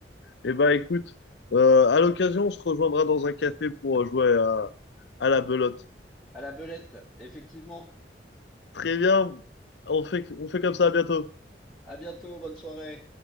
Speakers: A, on the left (about 75°); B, in the centre.
A: Eh ben écoute, euh, à l'occasion, on se rejoindra dans un café pour euh, jouer à, à la belote.
B: À la belette, effectivement.
A: Très bien, on fait, on fait comme ça, à bientôt.
B: À bientôt, bonne soirée.